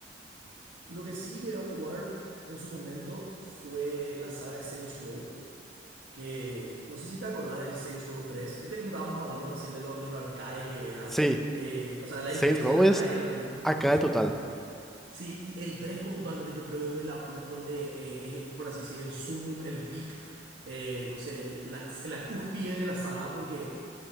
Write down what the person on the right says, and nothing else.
Lo que sí llegué a jugar en su momento fue la saga de Saints Row. que no sé si te acordás del Saints Row tres viste que me estábamos hablando recién de lo, de lo arcade que era,
eh, o sea, la
diferencia
del arcade
y el realismo.
Sí, y el 3 puntualmente yo creo es donde, la, la- donde eh, es, por así decir, el sumum, el peak, eh, no sé, la, la cúspide de la saga, porque